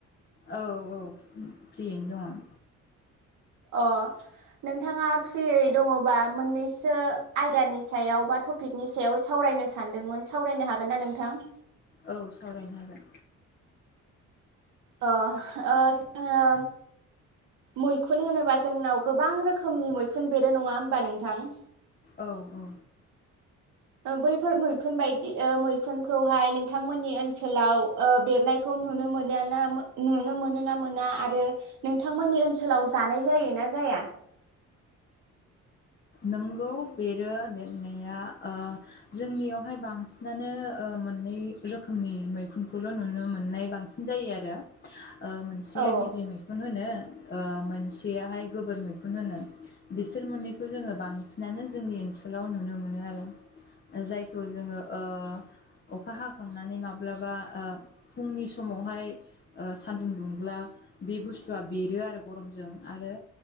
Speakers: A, on the left; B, on the right.
A: औ औ फ्रियैनो दङ।
B: अ नोंथाङा फ्रियै दङबा मोननैसो आयदानि सायाव बा टपिकनि सायाव सावरायनो सानदोंमोन सावरायनो हागोन ना नोंथां?
A: औ सावरायनो हागोन।
B: अ जोङो मैखुन होनोबा जोंनाव गोबां रोखोमनि मैखुन बेरो नङा हबा नोंथां
A: औ औ
B: बैफोर मैखुन बायदि ओ मैखुनखौहाय नोंथांमोननि ओनसोलाव ओ बेरनायखौ नुनो मोनो ना नुनो मोनो ना मोना आरो नोंथांमोननि ओनसोलाव जानाय जायो ना जाया?
A: नंगौ बेरो बेरनाया ओ जोंनियावहाय बांसिनानो ओ मोननै रोखोमनि मैखुनखौल' नुनो मोननाय बांसिन जायो आरो मोनसेया
B: औ
A: बिजि मैखुन होनो ओ मोनसेयाहाय गोबोर मैखुन होनो बिसोर मोननै जोङो बांसिनानो जोंनि ओनसोलाव नुनो मोनो आरो जायखौ जोङो ओ अखा हाखांनानै माब्लाबा ओ फुंनि समावहाय सानदुं दुंब्ला बे बुस्थुआ बेरो आरो गरमजों आरो